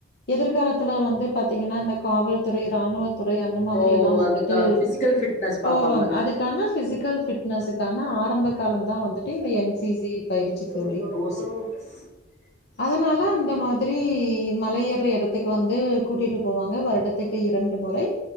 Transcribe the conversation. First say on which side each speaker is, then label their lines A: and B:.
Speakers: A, on the left (about 55°); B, on the left (about 35°).
A: எதிர்காலத்தில்ல வந்து பாத்தீங்கன்னா இந்த காவல்துறை இராணுவத் துறை அந்த மாதிரி
B: ஓ
A: எல்லா
B: அதுக்கா
A: வந்துட்டு
B: பிசிக்கல் ஃபிட்னஸ் பாப்பாங்க
A: போவாங்க அதுக்கான பிசிக்கல் பிட்னஸுக்கான ஆரம்ப காலம் தா வந்துட்டு இந்த என்சி சி பயிற்சி
B: <unintelligible>
A: தோழி. அதனால அந்த மாதிரி மல ஏற்ற எடத்துக்கு வந்து கூட்டிட்டு போவாங்க வருடத்துக்கு இரண்டு முறை